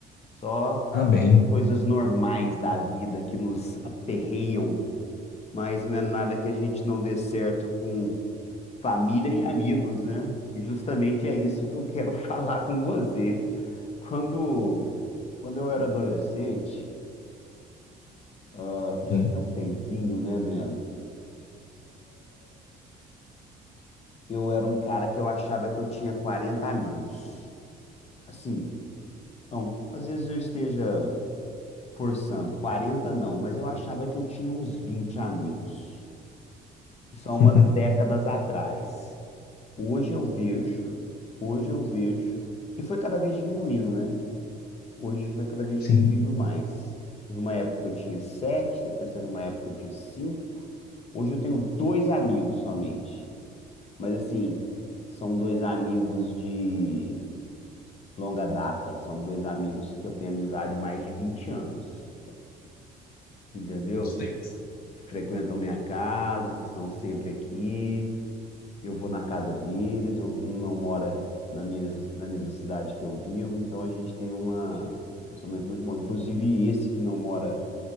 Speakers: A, on the left; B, on the left.
A: Só
B: Ah, bem.
A: coisas normais da vida que nos aperreiam, mas não é nada que a gente não dê certo com família e amigos, né? E justamente é isso que eu quero <laughs> falar com você. Quando, quando eu era adolescente, ah, que já
B: Sim,
A: tem um tempinho, né, Brendo? Eu era um cara que eu achava que eu tinha 40 amigos. Assim, então, às vezes eu esteja forçando, 40 não, mas eu achava que eu tinha uns 20 amigos. Isso há umas
B: <laughs>
A: décadas atrás. Hoje eu vejo, hoje eu vejo, e foi cada vez diminuindo, né? Hoje foi cada vez
B: sim.
A: diminuindo mais. Teve uma época que eu tinha sete, depois teve uma época que eu tinha cinco. Hoje eu tenho dois amigos somente. Mas assim, são dois amigos de longa data. São dois amigos que eu tenho amizade há mais de 20 anos, entendeu?
B: Muitos tempos.
A: Que frequentam minha casa, que estão sempre aqui. Eu vou na casa deles, eu- um não mora na mesma, na mesma cidade que eu vivo, então a gente tem uma, um relacionamento muito bom. Inclusive, esse que não mora,